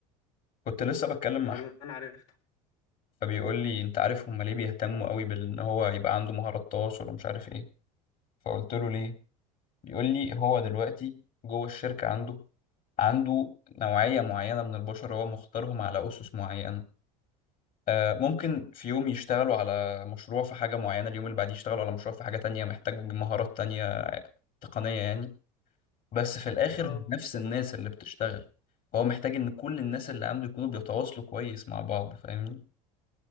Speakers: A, on the left; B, on the left.
A: كنت لسه بتكلم
B: ده
A: مع أحمد
B: اللي انا عرفته
A: فبيقول لي أنت عارف هما ليه بيهتموا قوي بإن هو يبقى عنده مهارات تواصل ومش عارف إيه فقلت له ليه بيقول لي هو دلوقتي جوه الشركة عنده عنده نوعية معينة من البشر هو مختارهم على أسس معينة آه، ممكن في يوم يشتغلوا على مشروع في حاجة معينة اليوم اللي بعديه يشتغلوا على مشروع في حاجة تانية محتاج مهارات تانية تقنية يعني بس في الاخر
B: اه
A: هم نفس الناس اللي بتشتغل هو محتاج ان كل الناس اللي عنده يكونوا بيتواصلوا كويس مع بعض فاهمني